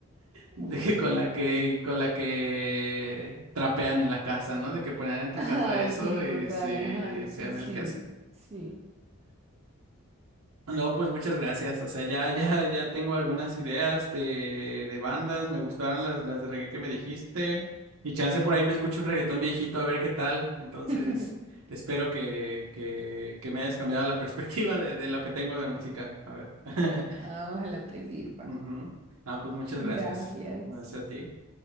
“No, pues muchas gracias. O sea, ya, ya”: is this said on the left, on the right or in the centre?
Right